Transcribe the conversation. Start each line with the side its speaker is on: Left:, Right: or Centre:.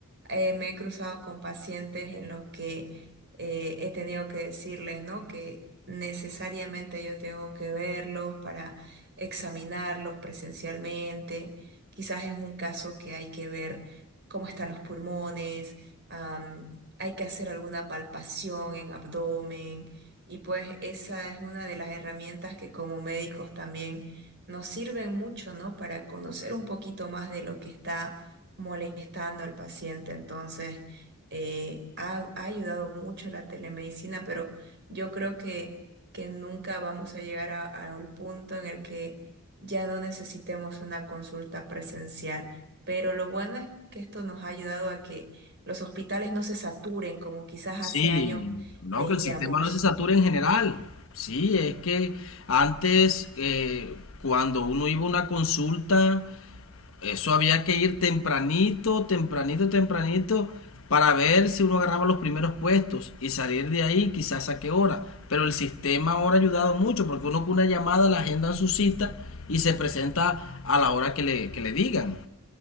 Right: eh, me he cruzado con pacientes en los que eh, he tenido que decirles, ¿no? Que necesariamente yo tengo que verlos para examinarlos presencialmente Quizás es un caso que hay que ver cómo están los pulmones, am, hay que hacer alguna palpación en abdomen y pues esa es una de las herramientas que como médicos también nos sirven mucho, ¿no? Para conocer un poquito más de lo que está molestando al paciente. Entonces, eh, ha, ha ayudado mucho la telemedicina, pero yo creo que, que nunca vamos a llegar a- al punto en el que ya no necesitemos una consulta presencial. Pero lo bueno es que esto nos ha ayudado a que los hospitales no se saturen como quizás
Left: Sí,
Right: hace años
Left: no,
Right: veíamos.
Left: que el sistema no se satura en general. Sí, es que antes, eh, cuando uno iba a una consulta, Eso había que ir tempranito, tempranito, tempranito para ver si uno agarraba los primeros puestos y salir de ahí quizás a qué hora. Pero el sistema ahora ha ayudado mucho porque uno con una llamada la agenda en su cita y se presenta a la hora que le, que le digan.